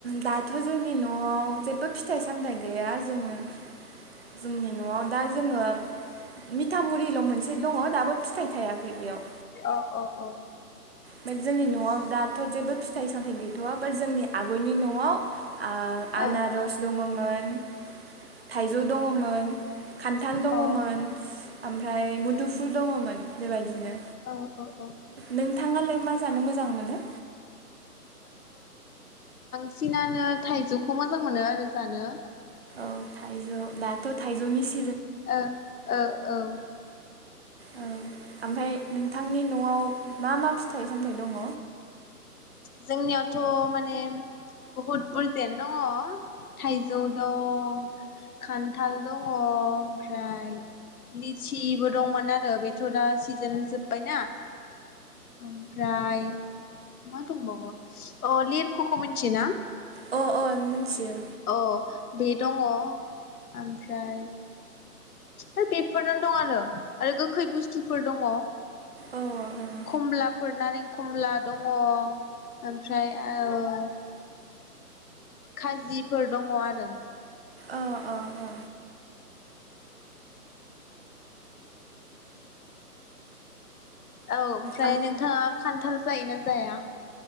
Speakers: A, on the right (about 40°); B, on the left (about 65°).
A: दा। थ' जोंनि न'आव जेबो फिथाइ सामथाइ गैया। जोङो जोंनि न'आव दा जोङो मिथाामुरिल' मोनसे दङ दाबो फिथाइ थायाखै बेयाव।
B: औ औ औ
A: मेद जोंनि न'आव दाद थ' जेबो फिथाइ सामथाइ गैथ'आ बा जोंनि आगयनि न'आव आ आनारस
B: औ
A: दङमोन थाइजौ दङमोन खान्थाल दङमोन।
B: औ
A: ओम फ्राय मुदुफु ल दङमोन बेबायदिनो।
B: औ औ औ
A: नोंथाङालाय मा जानो मोजां मोनो?
B: सिनानो थाइजौखौ मोजां मोनो आरो जानो।
A: औ थाइजौ दाथ' थाइजौनि सि
B: ओ ओ औ
A: औ आमफाय नोंथांनि न'आव मा मा फि फिथाइ सामथाय दङ?
B: जोंनियावथ' माने बहुद बुरजायानो दङ थाइजौ दं खान्थाल दङ ओमफ्राय लिचिबो दंमोन आरो बेथ' दा सिजेन जोब्बायना ओमफ्राय मा दंबावो अ लेरख'खौ मिथियो ना?
A: अ अ मिथियो
B: औ। बे दङ ओमफ्राय होय बेफोरनो दं आरो। आरो गोखै बुस्थुफोर दङ
A: औ औ
B: कमलाफोर नारें कमला दङ ओमफ्राय ओ खाजि फोर दङ आरो।
A: ओ ओ ओ
B: औ ओमफ्राय
A: आम
B: नोंथाङा खान्थाल जायोना जाया?